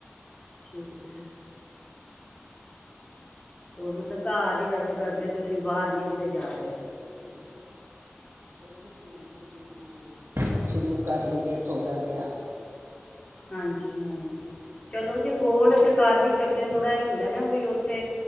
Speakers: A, on the left; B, on the right.
A: ਠੀਕ। <unintelligible> ਹੋਰ ਮਤਲਬ ਘਰ ਈ ਵੈਸੇ ਕਰਦੇ ਤੁਸੀਂ ਬਾਹਰ ਨੀ ਕਿਤੇ ਜਾ ਰਹੇ।
B: ਨਹੀਂ ਸੋਚ ਰਹੀ ਹਾਂ ਕਿ ਮੈਂ ਸ਼ੁਰੂ ਕਰ ਲਈਏ ਥੋੜ੍ਹਾ ਜਿਹਾ
A: ਹਾਂਜੀ, ਹਾਂਜੀ ਚਲੋ ਜੇ ਕੋਲ ਤੇ ਕਰ ਵੀ ਸਕਦੇ ਥੋੜਾ ਹੁੰਦਾ ਨਾ ਵੀ ਓਥੇ